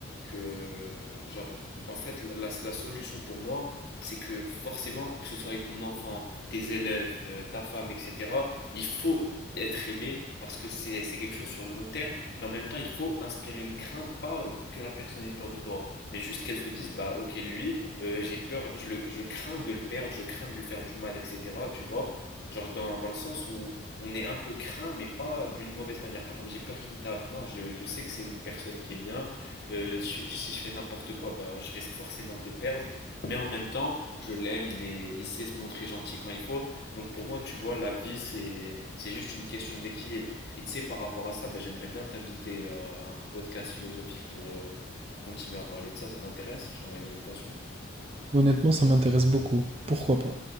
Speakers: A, on the left; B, on the right.
A: que genre, en fait, la la- la solution pour moi, c'est que forcément, que ce soit avec ton enfant, tes élèves, euh, ta femme, etc., il faut être aimé parce que c'est c'est quelque chose sur le long terme, mais en même temps, il faut inspirer une crainte, pas que la personne ait peur de toi, mais juste qu'elle se dise, bah ok, lui, euh, j'ai peur, je, le- je crains de le perdre, je crains de lui faire du mal, etc., tu vois, genre dans, dans le sens où on est un peu craint, mais pas d'une mauvaise manière, pas comme j'ai peur qu'il me tape, non, je, je sais que c'est une personne qui est bien, euh, je- si je fais n'importe quoi, bah je risque forcément de le perdre. Mais en même temps, je l'aime, il est, il sait se montrer gentil quand il faut. Donc pour moi, tu vois, la vie, c'est, c'est juste une question d'équilibre. Et tu sais, par rapport à ça, bah, j'aimerais bien t'inviter euh, à un podcast philosophique pour, euh, pour continuer à parler de ça. Ça t'intéresse? Je t'envoie une invitation.
B: Honnêtement, ça m'intéresse beaucoup. Pourquoi pas?